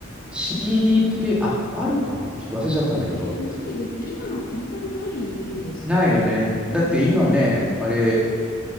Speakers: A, in the centre; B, on the left.
A: CD プレイ、あ、あるかなちょっと忘れちゃったんだけど。
B: ええ、ないで、今のってあんまりないイメージですけど、
A: ないよね。
B: ないですね。
A: だって今ね、あれ、